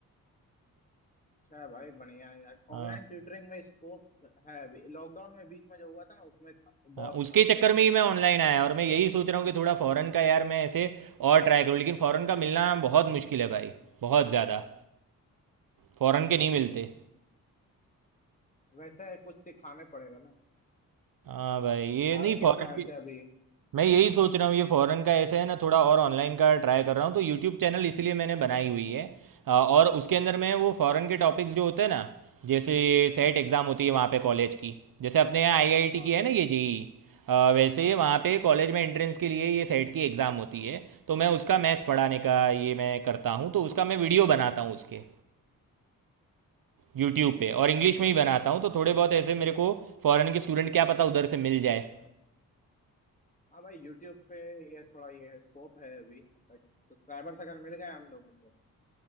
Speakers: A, on the left; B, on the right.
A: अच्छा है भाई बढ़िया है यार
B: हाँ
A: ऑनलाइन ट्यूटरिंग में स्कोप है अभी लॉकडाउन में बीच में जो हुआ था ना उसमें था बहुत
B: हाँ, उसके
A: था
B: चक्कर में ही मैं ऑनलाइन आया और मैं यही सोच रहा हूँ कि थोड़ा फॉरेन का यार मैं ऐसे और ट्राई करूँ लेकिन फॉरेन का मिलना बहुत मुश्किल है भाई बहुत ज़्यादा फॉरेन के नहीं मिलते
A: वैसे कुछ सिखाने पड़ेगा ना
B: हाँ भाई ये
A: तुम्हारे
B: नहीं
A: क्या
B: फॉरेन
A: प्लान्स
B: के
A: है अभी
B: मैं यही सोच रहा हूँ ये फॉरेन का ऐसे है ना थोड़ा और ऑनलाइन का ट्राई कर रहा हूँ तो यूट्यूब चैनल इसीलिए मैंने बनाई हुई है अ, और उसके अंदर मैं वो फॉरेन के टॉपिक्स जो होते हैं ना जैसे सेट एग्ज़ाम होती है वहाँ पे कॉलेज की जैसे अपने यहाँ आईआईटी
A: हाँ
B: की है
A: हाँ
B: ना ये जेई वैसे
A: हाँ
B: ही वहाँ पे कॉलेज में एंट्रेंस के लिए ये सेट की एग्ज़ाम होती है तो मैं उसका मैथ्स पढ़ाने का ये मैं करता हूँ तो उसका मैं वीडियो बनाता हूँ उसके यूट्यूब पे और इंग्लिश
A: वीडियो
B: में ही बनाता हूँ तो थोड़े बहुत ऐसे मेरे को फॉरेन के स्टूडेंट क्या पता उधर से मिल जाए
A: हाँ भाई यूट्यूब पे ये थोड़ा ये स्कोप है अभी सब्सक्राइबर्स अगर मिल गए हम लोगों को